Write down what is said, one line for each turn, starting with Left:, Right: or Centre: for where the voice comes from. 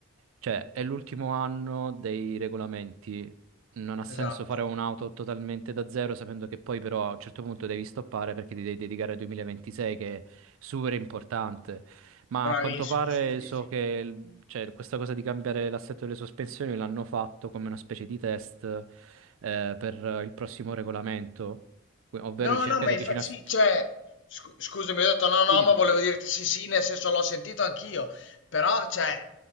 Right: cioè è l'ultimo anno dei regolamenti. Non ha senso
Left: Esatto,
Right: fare un'auto totalmente da zero sapendo che poi però a un certo punto devi stoppare perché ti devi dedicare al 2026 che è super importante. Ma
Left: bravissimo,
Right: a quanto pare
Left: sì, sì,
Right: so
Left: sì.
Right: che il- cioè, questa cosa di cambiare l'assetto delle sospensioni l'hanno fatto come una specie di test eh, per eh, il prossimo regolamento, ovvero
Left: No,
Right: cerca
Left: no, ma
Right: di
Left: infa-
Right: avvicinarsi.
Left: sì, cioè, scu- scusami, ho detto no, no,
Right: Sì,
Left: ma
Right: sì,
Left: volevo
Right: poi.
Left: dirti sì, sì, nel senso l'ho sentito anch'io, però, cioè,